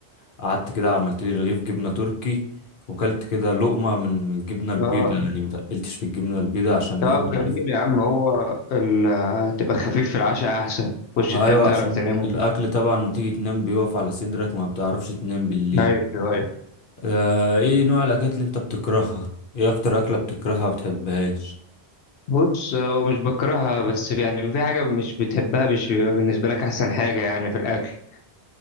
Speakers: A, on the left; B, on the left.
A: وقعدت كده عملت لي رغيف جبنة تركي وكلت كده لقمة من الجبنة البيضة
B: اه
A: يعني متقلتش في الجبنة البيضة عشان
B: طب
A: ايه انت
B: جميل
A: عارف
B: يا عم هو ال... تبقى خفيف في العشاء احسن خش
A: ايوه
B: تنام تعرف
A: عشان
B: تنام
A: الاكل طبعا تيجي تنام بيقف على صدرك ما بتعرفش تنام بالليل
B: ايوه ايوه
A: آه ايه نوع الاكلات اللي انت بتكرهها ايه اكتر اكله بتكرهها ما بتحبهاش
B: بص هو مش بكرهها بس يعني في حاجه مش بتحبها مش بيبقى بالنسبه لك احسن حاجه يعني في الاكل